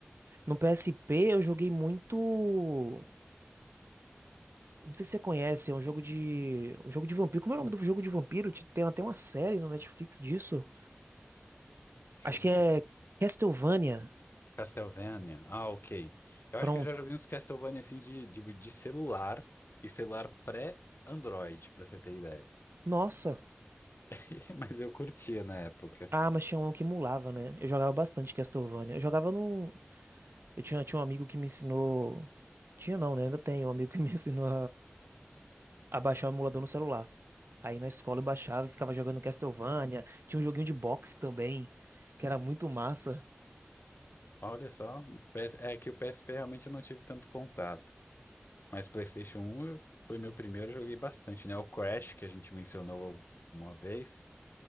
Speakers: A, on the right (about 70°); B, on the left (about 60°).
A: No PSP eu joguei muito. Não sei se você conhece, é um jogo de. Um jogo de vampiro. Como é o nome do jogo de vampiro? Ti- Tem até uma série no Netflix disso.
B: Jogo
A: Acho que é
B: de
A: Castlevania.
B: Castlevania. Ah, ok. Eu
A: Pronto.
B: acho que eu já joguei uns Castlevania assim de, de, de celular e celular pré-Android, pra você ter ideia.
A: Nossa.
B: <laughs> Mas eu curtia na época.
A: Ah, mas tinha um que emulava, né? Eu jogava bastante Castlevania. Eu jogava num. Eu tinha, tinha um amigo que me ensinou. Tinha não, né? Ainda tem um amigo que <laughs> me ensinou a baixar o emulador no celular. Aí na escola eu baixava e ficava jogando Castlevania. Tinha um joguinho de boxe também, que era muito massa.
B: Olha só, o PS é que o PSP realmente eu não tive tanto contato. Mas PlayStation um eu- foi meu primeiro, eu joguei bastante, né? O Crash, que a gente mencionou uma vez.